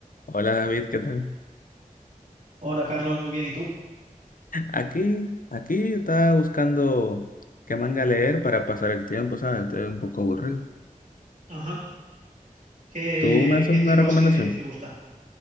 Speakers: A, on the left; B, on the right.
A: Hola David, ¿qué tal?
B: Hola Carlos, muy bien. ¿Y tú?
A: Aquí, aquí estaba buscando qué manga leer para pasar el tiempo, ¿sabes? Estoy un poco aburrido.
B: Ajá. ¿Qué,
A: ¿Tú me haces
B: qué
A: una
B: tipo
A: recomendación?
B: así de, te gusta?